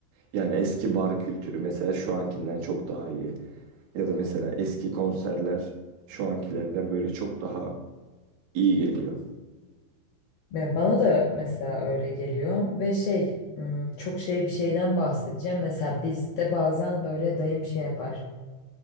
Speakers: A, on the right; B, on the left.
A: Yani eski bar kültürü mesela şu ankinden çok daha iyi. Ya da mesela eski konserler şu ankilerden böyle çok daha iyi geliyor.
B: Ya bana da mesela öyle geliyor ve şey, ım, çok şey bir şeyden bahsedeceğim. Mesela bizde bazen böyle dayım şey yapar.